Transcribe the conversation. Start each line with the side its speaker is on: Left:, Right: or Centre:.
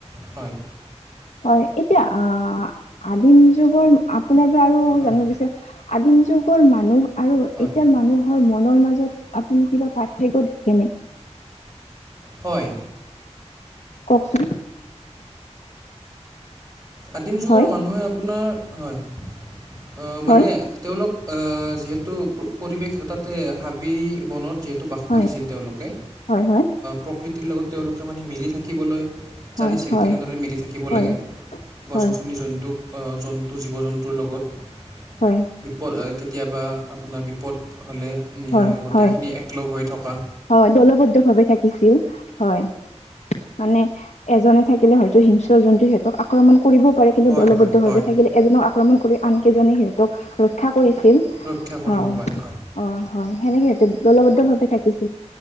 Right: হয়
Left: হয় এতিয়া আহ আদিম যুগৰ আপোনাৰ পৰা আৰু
Right: হয়
Left: জানিব বিচাৰে আদিম যুগৰ মানুহ আৰু এতিয়াৰ
Right: হয়
Left: মানুহ মনৰ মাজত আপুনি কিবা পাৰ্থক্য দেখেনে?
Right: হয়
Left: কওকচোন?
Right: আদিম যুগৰ
Left: হয়
Right: মানুহে আপোনাৰ হয় মানে
Left: হয়
Right: তেওঁলোক যিহেতু পৰিৱেশ তাতে হাবি বনত যিহেতু বাস
Left: হয়
Right: কৰিছিল তেওঁলোকে
Left: হয় হয়
Right: প্ৰকৃতিৰ লগত তেওঁলোকে মানে মিলি থাকিবলৈ
Left: হয়
Right: জানিছিল
Left: হয়
Right: কেনেদৰে মিলি থাকিব
Left: হয়
Right: লাগে।
Left: হয়
Right: গছ
Left: হয়
Right: গছনি জন্তুক জন্তু জীৱ জন্তুৰ লগত
Left: হয়
Right: বিপদ কেতিয়াবা আপোনাৰ বিপদ হ'লে
Left: হয়
Right: গোটেইখিনি
Left: হয়
Right: একলগ হৈ থকা
Left: হয় দলবদ্ধ ভাৱে থাকিছিল হয় মানে এজনে থাকিলে হয়তো হিংস্ৰ জন্তু সিহঁতক আক্ৰমণ কৰিবও পাৰে কিন্তু
Right: হয়
Left: দলবদ্ধভাৱে
Right: হয় হয়
Left: থাকিলে এজনক আক্ৰমণ কৰি আনকেইজনে সিহঁতক ৰক্ষা কৰিছিল
Right: ৰক্ষা কৰিব
Left: হয়
Right: পাৰে
Left: অ হয় সেনেকে দলবদ্ধ ভাৱে থাকিছিল।